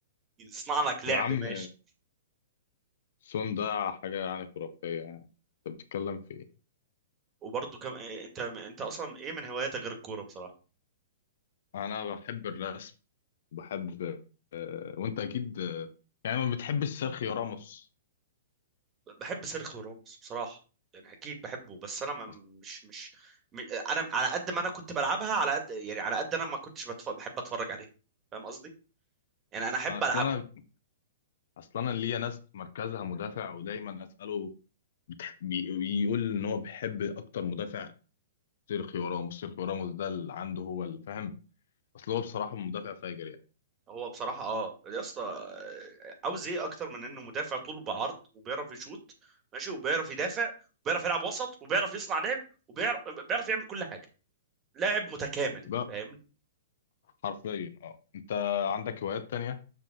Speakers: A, on the right; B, on the left.
A: يصنع لك لعب
B: يا عم
A: ماشي
B: سون ده حاجة يعني خرافية يعني انت بتتكلم في ايه
A: وبرضه كم انت انت اصلا ايه من هواياتك غير الكوره بصراحه
B: انا بحب الرسم بحب وانت اكيد يعني ما بتحبش سيرخيو راموس
A: بحب سيرخيو راموس بصراحة يعني أكيد بحبه بس أنا ما
B: أص-
A: مش مش م- أنا على قد ما أنا كنت بلعبها على قد يعني على قد أنا ما كنتش بتف... بحب أتفرج عليها فاهم قصدي؟ يعني أنا أحب
B: اصل
A: ألعبها
B: انا اصل انا ليا ناس مركزها مدافع ودايما اساله بتح... بي- بيقول ان هو بيحب اكتر مدافع سيرخيو راموس سيرخيو راموس ده اللي عنده هو الفهم اصل هو بصراحة مدافع فاجر يعني
A: هو بصراحة أه يا اسطى آه، عاوز إيه أكتر من إنه مدافع طوله بعرض وبيعرف يشوط ماشي وبيعرف يدافع وبيعرف يلعب وسط وبيعرف يصنع لعب وبيعرف بيعرف يعمل كل حاجة لاعب متكامل
B: بقى
A: فاهمني؟
B: حرفيا اه انت عندك هوايات تانية